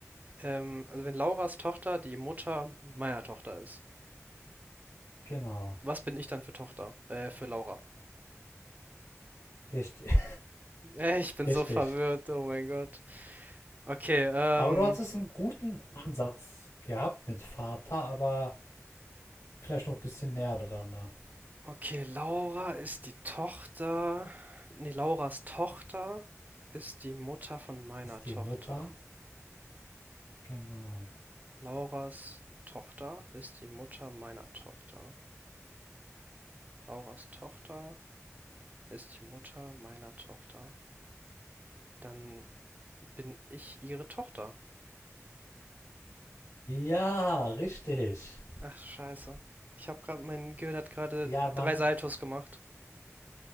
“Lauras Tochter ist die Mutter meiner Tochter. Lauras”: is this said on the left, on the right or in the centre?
Right